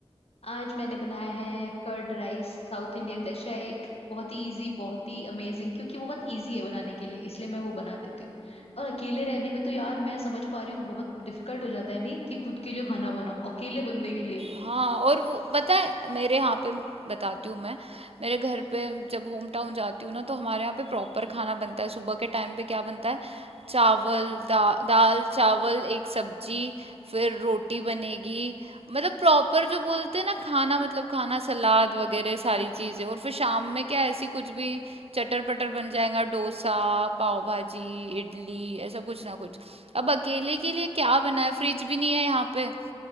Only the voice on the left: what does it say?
आज मैंने बनाया है curd rice South Indian dish है एक बहुत ही इजी बहुत ही अमेजिंग क्योंकि वो बहुत इजी है बनाने के लिए इसलिए मैं वो बना देती हूँ और अकेले रहने में तो यार मैं समझ पा रही हूँ बहुत डिफिकल्ट हो जाता है नहीं कि खुद के लिए खाना बनाओ अकेले बंदे के लिए
हम्म
हम्म